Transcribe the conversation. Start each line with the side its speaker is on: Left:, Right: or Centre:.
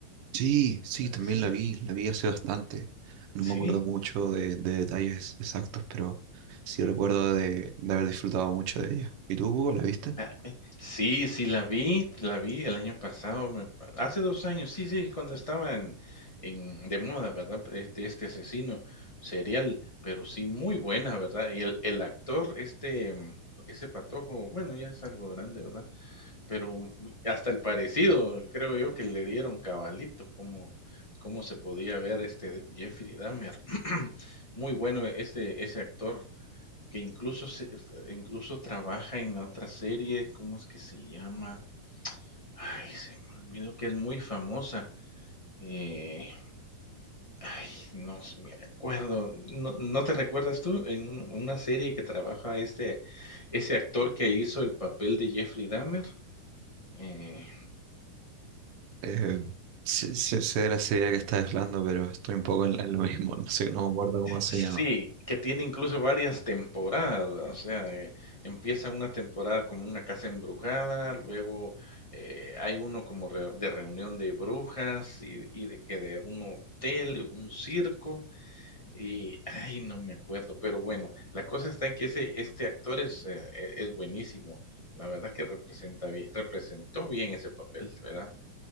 Right: Sí, sí,
Left: el
Right: también
Left: asesino?
Right: la vi, la vi hace bastante. No
Left: Sí.
Right: me acuerdo mucho de, de detalles exactos, pero sí recuerdo de, de haber disfrutado mucho de ella. ¿Y tú, Hugo, la viste?
Left: Ah, eh, sí, sí, la vi, la vi el año pasado, me pa hace 2 años, sí, sí, cuando estaba en en de moda, ¿verdad? Pre- Este este asesino serial, pero sí muy buena, ¿verdad? Y el el actor, este, mm, ese patojo, bueno, ya es algo grande, ¿verdad? Pero mm, hasta el parecido, creo yo que le dieron cabalito, como cómo se podía ver, este, Jeffrey Dahmer. <clears throat> Muy bueno ese ese actor que incluso se incluso trabaja en la otra serie, ¿cómo es que se llama? Ay, se me olvidó que es muy famosa. Eh, ay, no s- me acuerdo. ¿No, no te recuerdas tú en un- una serie que trabaja este ese actor que hizo el papel de Jeffrey Dahmer? Eh,
Right: Eh, sé, sé- sé de la serie que estás hablando, pero estoy un poco en, en lo mismo. No sé, no me acuerdo cómo se
Left: Sí,
Right: llama.
Left: que tiene incluso varias temporadas, o sea, eh, empieza una temporada como una casa embrujada, luego, eh, hay uno como re de reunión de brujas y y de que de un hotel, un circo, y, ay, no me acuerdo, pero bueno, la cosa está en que ese este actor es, eh, e es buenísimo. La verdad que representa bien representó bien ese papel, ¿verdad?